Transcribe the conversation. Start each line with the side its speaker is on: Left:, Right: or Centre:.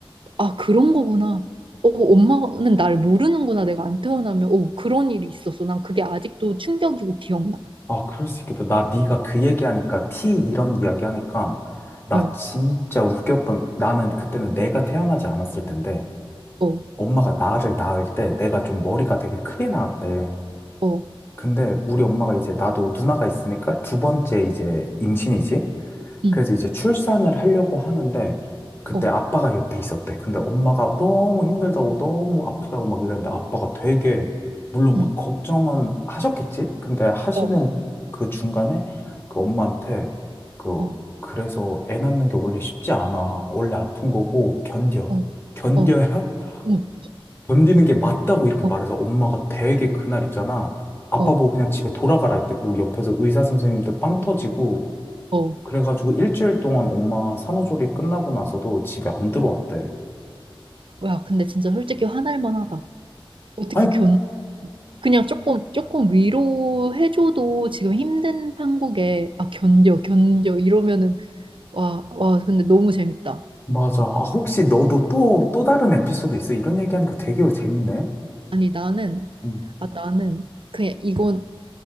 Right: 아, 그런 거구나. 어, 엄마는 날 모르는구나. 내가 안 태어나면, 어, 그런 일이 있었어. 난 그게 아직도 충격이고 기억나.
Left: 아, 그럴 수 있겠다. 나 네가 그 얘기하니까 티 이런 이야기하니까 나
Right: 어,
Left: 진짜 웃겼던 나는 그때는 내가 태어나지 않았을 텐데
Right: 어,
Left: 엄마가 나를 낳을 때 내가 좀 머리가 되게 크게 나왔대.
Right: 어,
Left: 근데 우리 엄마가 이제 나도 누나가 있으니까 두 번째 이제 임신이지?
Right: 응,
Left: 그래서 이제 출산을 하려고 하는데 그때
Right: 어,
Left: 아빠가 옆에 있었대. 근데 엄마가 너무 힘들다고 너무 아프다고 막 이랬는데 아빠가 되게 물론
Right: 응.
Left: 막 걱정은 하셨겠지? 근데 하시는
Right: 어.
Left: 그 중간에 그 엄마한테 그
Right: 어,
Left: 그래서 애 낳는 게 원래 쉽지 않아. 원래 아픈 거고 견뎌.
Right: 어,
Left: 견뎌야
Right: 어,
Left: <laughs>
Right: 응,
Left: 견디는 게 맞다고 이렇게
Right: 어,
Left: 말해서 엄마가 되게 그날 있잖아. 아빠
Right: 어,
Left: 보고 그냥 집에 돌아가라 했대. 그리고 옆에서 의사 선생님들 빵 터지고
Right: 어.
Left: 그래가지고 일주일 동안 엄마 산후조리 끝나고 나서도 집에 안 들어왔대.
Right: 야, 근데 진짜 솔직히 화날 만하다. 어떻게
Left: 아니,
Right: 견, 그냥 조금, 조금 위로해줘도 지금 힘든 판국에, 아, 견뎌, 견뎌, 이러면은, 와, 와, 근데 너무 재밌다.
Left: 맞아. 아, 혹시 너도 또, 또 다른 에피소드 있어? 이런 얘기하니까 되게 재밌네.
Right: 아니, 나는,
Left: 응,
Right: 아, 나는, 그냥 이거는